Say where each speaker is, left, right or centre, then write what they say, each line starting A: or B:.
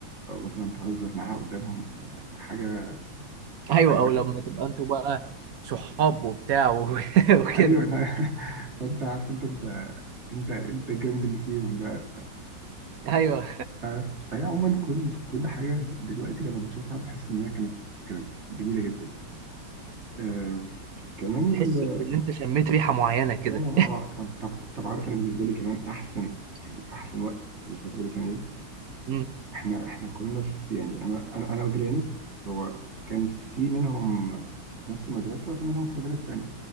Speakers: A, on the right; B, on the right.
A: او مثلا تهزر معاها قدامهم ده ده حاجه
B: ايوه
A: حاجه
B: او لما تبقى انتوا بقى صحاب وبتاع و- <laughs> وكده
A: ايوه أنا- <laughs> فانت عارف انت انت انت انت الجامد اللي فيهم بقى ف-
B: ايوه
A: ف- فهي عموما كل كل حاجه دلوقتي لما بتشوفها بتحس ان هي كانت كانت جميله جدا آه كمان
B: تحس
A: ال
B: بان انت شميت ريحه معينه كده
A: اه اه طب طب طب عارف انا بالنسبه لي كمان احسن يعني احسن وقت في الفتره دي كان ايه؟
B: امم
A: احنا احنا كنا في يعني انا انا انا وجيراني هو كان في منهم في نفس المدرسه وفي منهم في مدارس تانية